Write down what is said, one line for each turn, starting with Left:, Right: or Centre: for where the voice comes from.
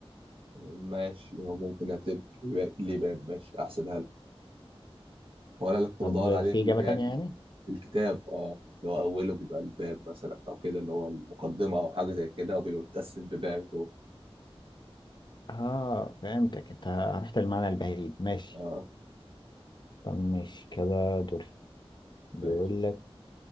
Right: ماشي هو ممكن هتبقى ليه باب ماشي احسبها لك وانا اللي كنت بدور
Left: طب
Right: عليها
Left: في
Right: اللي
Left: إجابة
Right: هي
Left: تانية
Right: ال-
Left: يعني؟
Right: الكتاب اه اللي هو اوله بيبقى الباب مثلا او كده اللي هو المقدمه او حاجه زي كده او بيبقى متقسم ببان جوه
Left: اه فهمتك انت رحت المعنى البعيد ماشي
Right: اه
Left: طب ماشي كده دوري بيقول
Right: ماشي
Left: لك